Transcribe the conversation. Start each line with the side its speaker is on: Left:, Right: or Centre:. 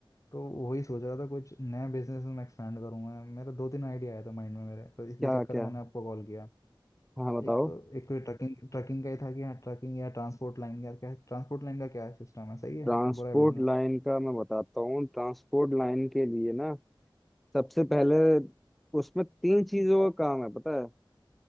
Left: तो वही सोच रहा था कुछ नया बिजनेस में एक्सपेंड करूंगा मेरा दो तीन आइडिया आया था माइंड में मेरे तो इसी
Centre: क्या
Left: चक्कर
Centre: क्या
Left: में मैंने आपको कॉल किया
Centre: हाँ बताओ
Left: एक तो एक तो ट्रकिंग ट्रकिंग का ही था कि हाँ ट्रकिंग या ट्रांसपोर्ट लाइन का क्या ट्रांसपोर्ट लाइन का क्या सिस्टम है सही है
Centre: ट्रांसपोर्ट
Left: बुरा है बिजनेस
Centre: लाइन का मैं बताता हूँ ट्रांसपोर्ट लाइन के लिए ना सबसे पहले उसमें तीन चीजों का काम है पता है